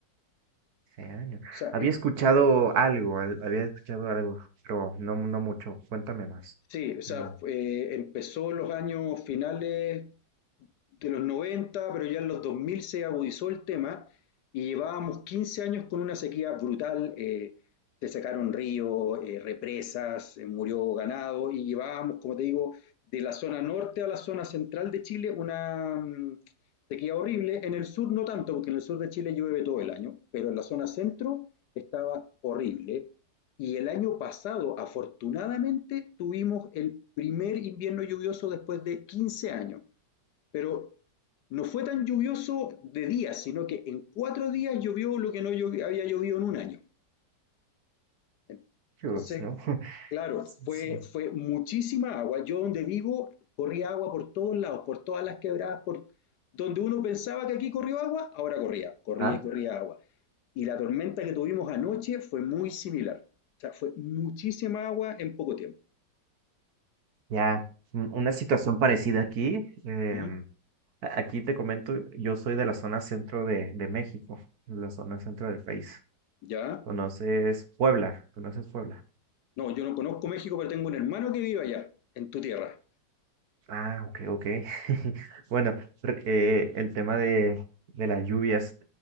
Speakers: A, on the right; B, on the left.
A: Hace años.
B: O sea,
A: Había
B: eh,
A: escuchado algo, al- había escuchado algo, pero no, no mucho. Cuéntame más.
B: sí, o sea,
A: Como,
B: eh, empezó en los años finales de los 90 pero ya en los 2000 se agudizó el tema y llevábamos 15 años con una sequía brutal. Eh, se secaron ríos, eh, represas, eh, murió ganado y llevábamos, como te digo, de la zona norte a la zona central de Chile una mm, sequía horrible. En el sur no tanto, porque en el sur de Chile llueve todo el año, pero en la zona centro estaba horrible. Y el año pasado, afortunadamente, tuvimos el primer invierno lluvioso después de 15 años pero no fue tan lluvioso de días, sino que en cuatro días llovió lo que no llovi- había llovido en un año. Entonces,
A: Dios, ¿no? <laughs>
B: claro,
A: Sí,
B: fue,
A: sí.
B: fue muchísima agua. Yo donde vivo corría agua por todos lados, por todas las quebradas, por donde uno pensaba que aquí corrió agua, ahora corría, corría
A: Ah,
B: y corría agua. Y la tormenta que tuvimos anoche fue muy similar. O sea, fue muchísima agua en poco tiempo.
A: ya. un- Una situación parecida aquí. em,
B: Ujú.
A: A- Aquí te comento, yo soy de la zona centro de, de México, la zona centro del país.
B: ¿Ya?
A: ¿Conoces Puebla? ¿Conoces Puebla?
B: No, yo no conozco México, pero tengo un hermano que vive allá, en tu tierra.
A: Ah, ok, ok. <laughs> Bueno, re- eh, el tema de, de las lluvias,